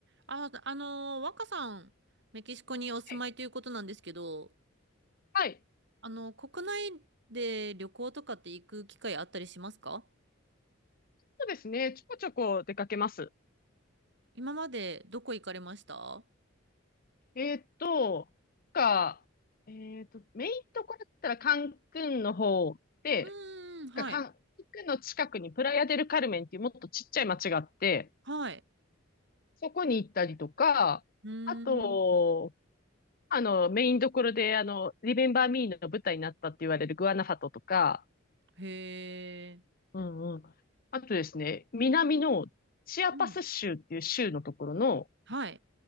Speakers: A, on the right; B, on the left.
A: あ、あのー、若さん、メキシコにお住まいということなんですけど、
B: い。はい
A: あの、国内で旅行とかって行く機会あったりしますか
B: そうですね。ちょこちょこ出かけます。
A: 今までどこ行かれました
B: えーっと、か、えーっと、メインとこだったらカンクンの方で、
A: うーん、はい。
B: かカンクンの近くにプラヤデルカルメンっていうもっとちっちゃい町があって、
A: はい。
B: そこに行ったりとか、
A: うー
B: あと、
A: ん、
B: あの、メインどころで、あの、リメンバーミーの舞台になったって言われるグアナファトとか、
A: へー
B: うんうん。あとですね、南のチアパス州っていう州のところの、
A: うん。はい。